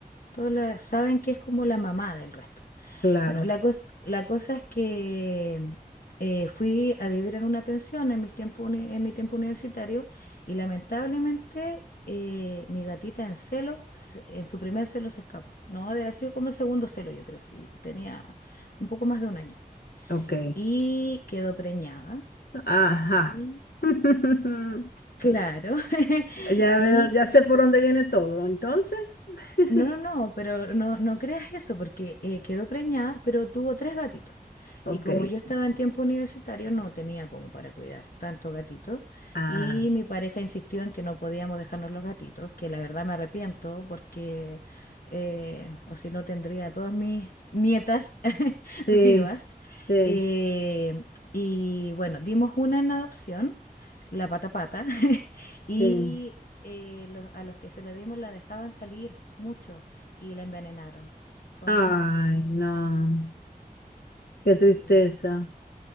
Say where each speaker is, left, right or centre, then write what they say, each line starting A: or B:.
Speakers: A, on the left (about 65°); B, on the left (about 85°).
A: Todos la- saben que es como la mamá del resto.
B: Claro,
A: Bueno, la cos- la cosa es que eh, fui a vivir en una pensión en mis tiempo uni- en mi tiempo universitario y lamentablemente eh, mi gatita en celo, se- en su primer celo se escapó. No, debe haber sido como el segundo celo, yo creo, sí, tenía un poco más de un año.
B: ok.
A: Y quedó preñada.
B: Ajá.
A: Y
B: <laughs>
A: claro, <laughs>
B: Ya
A: y
B: veo, ya sé por dónde viene todo, entonces. <laughs>
A: No, no, no, pero no, no creas eso, porque eh, quedó preñada, pero tuvo tres gatitos.
B: Ok.
A: Y como yo estaba en tiempo universitario, no tenía como para cuidar tantos gatitos.
B: Ah,
A: Y mi pareja insistió en que no podíamos dejarnos los gatitos, que la verdad me arrepiento, porque eh, o si no tendría a todas mis nietas <laughs>
B: sí,
A: vivas.
B: sí,
A: Eh, y bueno, dimos una en adopción, la pata pata, <laughs>
B: sí.
A: y eh, los- a los que se la dimos la dejaban salir mucho y la envenenaron. Fue
B: Ay,
A: muy, muy triste.
B: no. Qué
A: Sí,
B: tristeza.